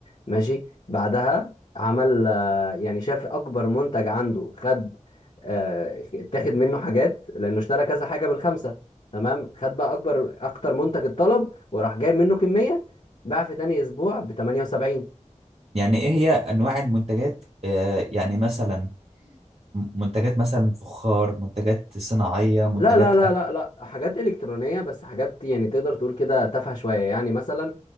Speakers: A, on the left; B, on the right.
A: ماشي بعدها عمل آه، يعني شاف أكبر منتج عنده خد آه، اتاخد منه حاجات لأنه اشترى كذا حاجة بالخمسة تمام خد بقى أكبر أكتر منتج اتطلب وراح جايب منه كمية باع في تاني اسبوع ب 78
B: يعني ايه هي انواع المنتجات آه يعني مثلا م- منتجات مثلا فخار منتجات صناعيه منتجات
A: لا لا لا
B: اكل
A: لا لا حاجات الكترونية بس حاجات يعني تقدر تقول كده تافهة شوية يعني مثلا